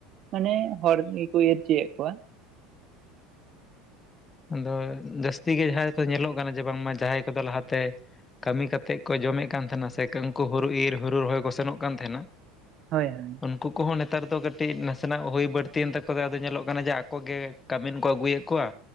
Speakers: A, on the right; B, on the left.
A: ᱢᱟᱱᱮ ᱦᱚᱲ ᱜᱮᱠᱚ ᱤᱨ ᱦᱚᱪᱚᱭᱮᱫ ᱠᱚᱣᱟ
B: ᱟᱫᱚ ᱡᱟᱹᱥᱛᱤ ᱜᱮ ᱡᱟᱦᱟᱭ ᱠᱚ ᱧᱮᱞᱚᱜ ᱠᱟᱱᱟ ᱡᱮ ᱵᱟᱝᱢᱟ ᱡᱟᱦᱟᱭ ᱠᱚᱫᱚ ᱞᱟᱦᱟᱛᱮ ᱠᱟᱹᱢᱤ ᱠᱟᱛᱮᱫ ᱠᱚ ᱡᱚᱢᱮᱜ ᱠᱟᱱ ᱛᱟᱦᱮᱱᱟ ᱥᱮ ᱩᱱᱠᱩ ᱦᱚᱲᱳ ᱤᱨ ᱦᱚᱲᱳ ᱨᱚᱦᱚᱭ ᱠᱚ ᱥᱮᱱᱚᱜ ᱠᱟᱱ ᱛᱟᱦᱮᱱᱟ
A: ᱦᱳᱭ ᱦᱳᱭ
B: ᱩᱱᱠᱩ ᱠᱚᱦᱚᱸ ᱱᱮᱛᱟᱨ ᱫᱚ ᱠᱟᱹᱴᱤᱡ ᱱᱟᱥᱮᱱᱟᱜ ᱦᱩᱭ ᱵᱟᱹᱲᱛᱤᱭᱮᱱ ᱛᱟᱠᱚ ᱟᱫᱚ ᱧᱮᱞᱚᱜ ᱠᱟᱱᱟ ᱡᱮ ᱟᱠᱚ ᱜᱮ ᱠᱟᱹᱢᱤᱱᱠᱚ ᱟᱹᱜᱩᱭᱮᱜ ᱠᱚᱣᱟ